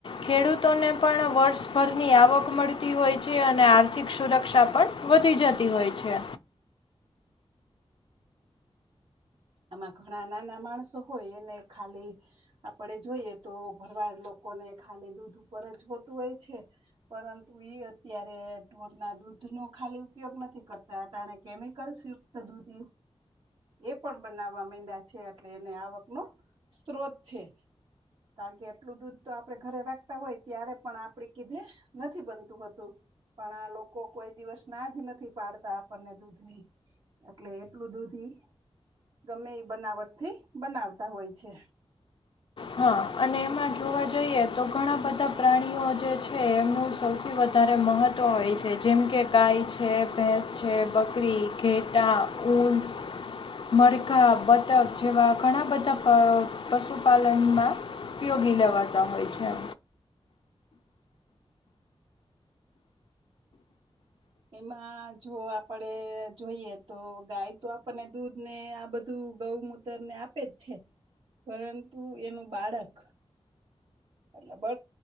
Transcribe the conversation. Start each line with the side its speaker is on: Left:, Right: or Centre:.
Left: ખેડૂતોને પણ વર્ષભરની આવક મળતી હોય છે અને આર્થિક સુરક્ષા પણ વધી જતી હોય છે.
Right: આમાં ઘણા નાના માણસો હોય એને ખાલી આપણેે જોઈએ તો ભરવાડ લોકોને ખાલી દૂધ ઉપર જ હોતું હોય છે. પરંતુ એ અત્યારે ઢોરના દૂધનો ખાલી ઉપયોગ નથી કરતા ને કેમિકલ્સ ત દૂધ એ પણ બનાવામાં છે એટલે એને આવકના સ્ત્રોત છે. કારણ કે એટલું દૂધ તો આપણે ઘરે રાખતા હોય ત્યારે પણ આપણે લીધે નથી બનતું હતું. પણ આ લોકો કોઈ દિવસના જ નથી પાડતા આપણને દૂધની. એટલે એટલું દૂધી ગમે એ બનાવટથી બનાવતા હોય છે.
Left: હા, અને એમાં જોવા જઈએ તો ઘણા બધા પ્રાણીઓ જે છે એમનું સૌથી વધારે મહત્ત્વ હોય છે જેમ કે ગાય છે, ભેંસ છે, બકરી. ઘેટા ઉન. મરઘા બતક જેવા ઘણા બધા પશુપાલન લનમાં ઉપયોગી લેવાતા હોય છે.
Right: એમાં જો આપણે જોઈએ તો ગાય તો આપણને દૂધ ને આ બધું ગૌમ તર ને આપે જ છે, પરંતુ એનું બાળક. એટલે